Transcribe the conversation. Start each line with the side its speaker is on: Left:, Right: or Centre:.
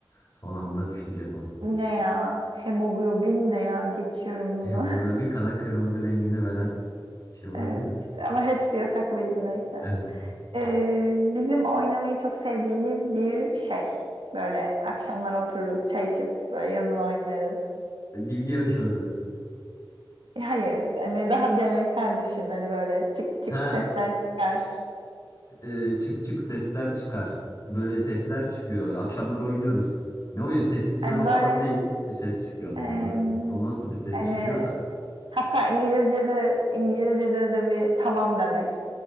Left: Son anda düştü jeton.
Right: Bu ne ya? Hemoglobin ne ya? Geçiyorum
Left: Hemoglobin
Right: bunu. <laughs>
Left: kana kırmızı rengini veren bir şey olabilir
Right: Evet.
Left: mi?
Right: Ama hepsi yasaklıydı neyse.
Left: Evet.
Right: Ee, bizim oynamayı çok sevdiğimiz bir şey. Böyle akşamlar otururuz, çay içip böyle yazın oynarız.
Left: Bilgi yarışması.
Right: E, Hayır, hani daha geleneksel düşün. Hani böyle çık çık
Left: Ha,
Right: sesler çıkar.
Left: e, çık çık sesler çıkar. Böyle sesler çıkıyor. Akşamlar oynuyoruz. Ne oyun? Sesli sinema
Right: Hani
Left: falan
Right: böyle
Left: değil. Ses çıkıyor ama
Right: em,
Left: onu, o nasıl bir ses
Right: hani
Left: çıkıyor?
Right: hatta İngilizce'de İngilizce'de de bir tamam demek.